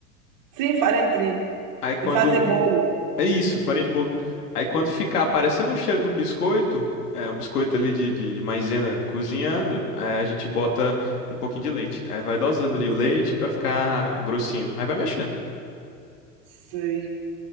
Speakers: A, on the right; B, on the left.
A: Sim, farinha de trigo.
B: Aí quando...
A: De fazer bolo.
B: É isso, farinha de bolo. Aí quando ficar aparecendo um cheiro de um biscoito... É, um biscoito ali de, de, de maisena cozinhando. Aí a gente bota um pouquinho de leite. Aí vai dosando ali o leite pra ficar grossinho. Aí vai mexendo.
A: Sei.